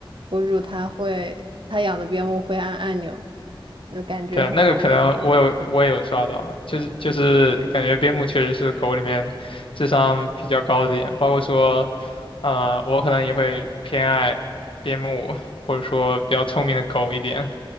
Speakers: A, on the right (about 60°); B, on the left (about 70°).
A: 博主，他会他养的边牧会按按钮，那感觉很好。
B: 对，那个可能我有我也有刷到，就是就是感觉边牧确实是狗里面智商比较高的一点，包括说，呃，我可能也会偏爱边牧或者说比较聪明的狗一点，